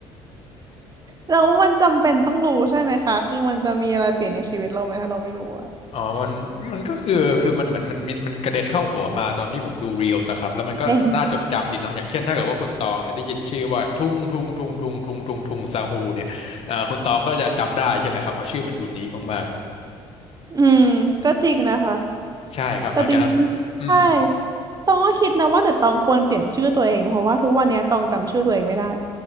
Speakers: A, on the right; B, on the left.
A: แล้วมันจำเป็นต้องรู้ใช่ไหมคะคือมันจะมีอะไรเปลี่ยนในชีวิตเราไหมถ้าเราไม่รู้อะ
B: อ๋อมันมันก็คือคือมันเหมือนมันมันกระเด็นเข้าหัวมาตอนที่ผมดูเรียลสครับแล้วมันก็น่าจดจำดีเนาะอย่างเช่นถ้าเกิดว่าคุณตองเนี่ยได้ยินชื่อว่าทุ่งทุ่งทุ่งทุ่งทุ่งทุ่งทุ่งซาฮูเนี่ยอ่าคุณตองก็จะจำได้ใช่ไหมครับเพราะชื่อมันยูนิคมาก
A: เป็นอืมก็จริงนะคะ
B: ๆใช่ครับหลังจากนั้นอืม
A: แต่จริงๆใช่ตองก็คิดนะว่าหรือตองควรเปลี่ยนชื่อตัวเองเพราะว่าทุกวันเนี้ยตองจำชื่อตัวเองไม่ได้